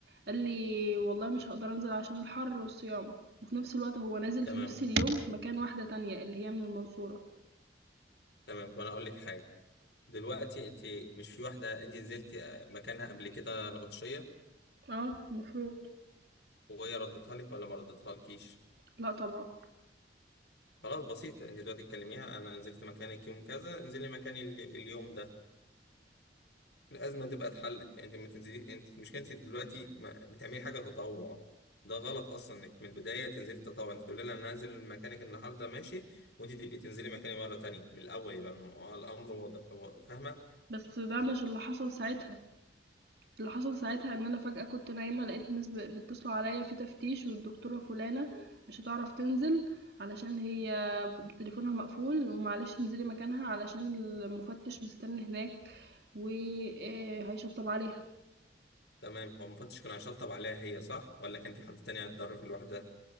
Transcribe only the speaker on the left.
تمام
تمام طب انا اقول لك حاجة دلوقتي انت مش في واحدة انت نزلتي آه، مكانها قبل كده نبطشية
وهي ردتها لك ولا ما ردتها لكيش؟
خلاص بسيطة انت دلوقتي تكلميها انا نزلت مكانك يوم كذا انزلي مكاني ال- اليوم ده الازمه تبقى اتحلت يعني انت ما تنزلي انت مشكلتي دلوقتي ما بتعملي حاجه تطوع ده غلط اصلا انك من البدايه تنزلي تطوع انت تقولي لها انا هنزل مكانك النهارده ماشي وانت تبقي تنزلي مكاني مره تانية من الاول يبقى الم- الامر واضح هو فاهمه
تمام هو المفتش كان هيشطب عليها هي صح ولا كان في حد تاني هيتضرر في الوحده